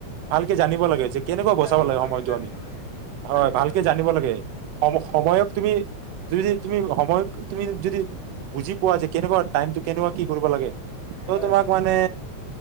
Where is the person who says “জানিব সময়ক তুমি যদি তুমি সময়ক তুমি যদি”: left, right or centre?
Right